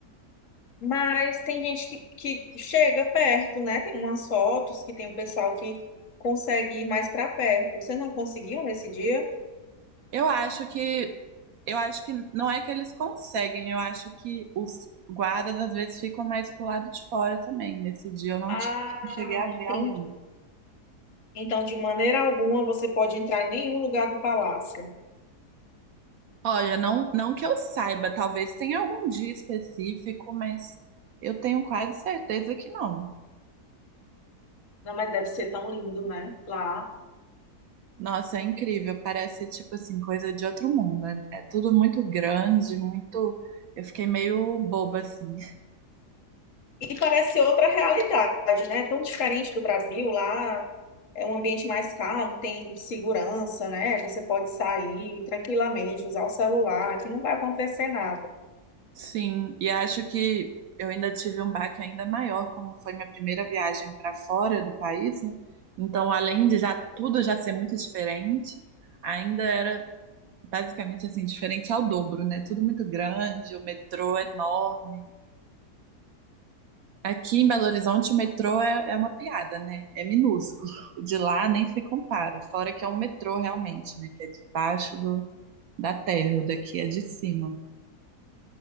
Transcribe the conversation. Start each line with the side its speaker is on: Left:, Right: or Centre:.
Left: Mas tem gente que, que chega perto, né? Tem umas fotos que tem o pessoal que consegue ir mais para perto. Você não conseguiu nesse dia?
Right: Eu acho que eu acho que não é que eles conseguem, eu acho que os guardas às vezes ficam mais pro lado de fora também. Nesse dia eu não,
Left: Ah,
Right: tive- não cheguei a ver
Left: entendi.
Right: algum.
Left: Então, de maneira alguma, você pode entrar em nenhum lugar do palácio.
Right: Olha, não, não que eu saiba, talvez tenha algum dia específico, mas eu tenho quase certeza que não.
Left: Não, mas deve ser tão lindo, né? Lá.
Right: Nossa, é incrível. Parece, tipo assim, coisa de outro mundo. É, é tudo muito grande, muito. Eu fiquei meio boba, assim.
Left: E parece outra realidade, né? Tão diferente do Brasil lá. é um ambiente mais calmo, tem segurança, né? Você pode sair tranquilamente, usar o celular, que não vai acontecer nada.
Right: Sim, e acho que eu ainda tive um baque ainda maior, como foi minha primeira viagem para fora do país, né? Então, além de já tudo já ser muito diferente, ainda era basicamente assim, diferente ao dobro, né? Tudo muito grande, o metrô enorme. Aqui em Belo Horizonte, o metrô é, é uma piada, né? É minúsculo. O de lá nem se compara. Fora que é um metrô realmente, né? Que é debaixo do, da terra, o daqui é de cima.